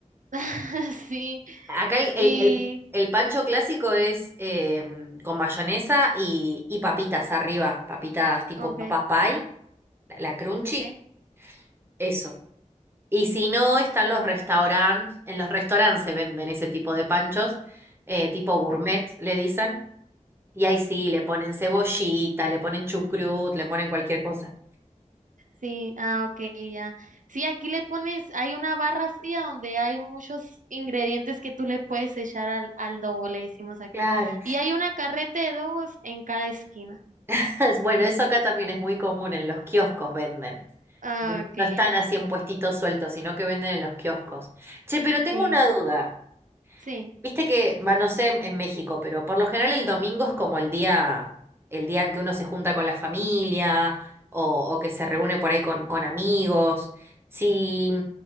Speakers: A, on the right (about 85°); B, on the right (about 20°).
A: <laughs> sí,
B: Acá el, el-
A: y,
B: el- el pancho clásico es em, con mayonesa y, y papitas arriba, papitas tipo
A: ok,
B: papa pie, la, la crunchy,
A: ok,
B: eso. Y si no, están los restaurantes, en los restaurantes se venden ese tipo de panchos, eh, tipo gourmet,
A: ok.
B: le dicen. Y ahí sí, le ponen cebollita, le ponen chucrut, le ponen cualquier cosa.
A: Sí, ah, ok, ya. Sí, aquí le pones, hay una barra fría donde hay muchos ingredientes que tú le puedes echar al, al dogo, le decimos aquí.
B: Claro.
A: Y hay una carreta de dogos en cada esquina.
B: <laughs> Bueno, eso acá también es muy común, en los kioscos venden.
A: Ah,
B: Bueno,
A: ok,
B: No están
A: ya.
B: así en puestitos sueltos, sino que venden en los kioscos. Che, pero tengo
A: Sí,
B: una duda.
A: sí,
B: Viste que, va, no sé en, en México, pero por lo general el domingo es como el día, el día en que uno se junta con la familia o, o que se reúne por ahí con, con amigos. Si,